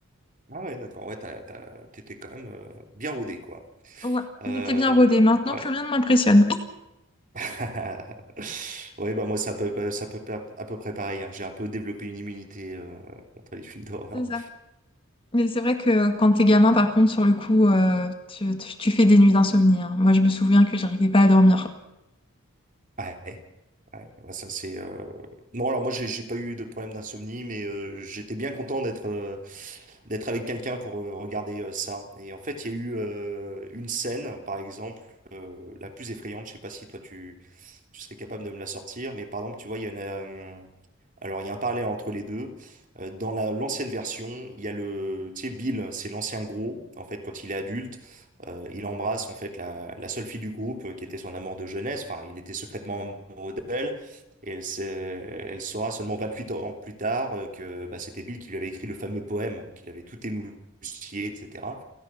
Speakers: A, on the right; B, on the left.
A: ah ouais, d'accord. Ouais, t'as, t'as- t'étais quand même euh, bien rodé, quoi.
B: Ouais,
A: Euh,
B: c'était bien rodé. Maintenant,
A: ouais.
B: plus rien ne m'impressionne.
A: <laughs> Ouais, bah moi, ça peut, ça peut à peu près pareil. hein. J'ai un peu développé une immunité euh, contre les films d'horreur.
B: C'est ça. Mais c'est vrai que quand t'es gamin, par contre, sur le coup, euh, tu, tu- tu fais des nuits d'insomnie. hein. Moi, je me souviens que j'arrivais pas à dormir.
A: Ouais, ouais, ouais, ça c'est. euh, Non, alors moi j'ai j'ai pas eu de problème d'insomnie, mais euh, j'étais bien content d'être euh, d'être avec quelqu'un pour euh, regarder euh, ça. Et en fait, il y a eu euh, une scène, par exemple, euh, la plus effrayante. Je sais pas si toi tu tu serais capable de me la sortir, mais par exemple, tu vois, il y en a. euh, Alors il y a un parallèle entre les deux. Euh, dans la l'ancienne version, il y a le tu sais Bill, c'est l'ancien gros. En fait, quand il est adulte. Euh, il embrasse en fait la, la seule fille du groupe euh, qui était son amour de jeunesse. Enfin, il était secrètement amoureux d'elle et elle, s'est- elle saura seulement 28 ans plus tard euh, que bah, c'était Bill qui lui avait écrit le fameux poème, qu'il avait tout émoustillé, etc.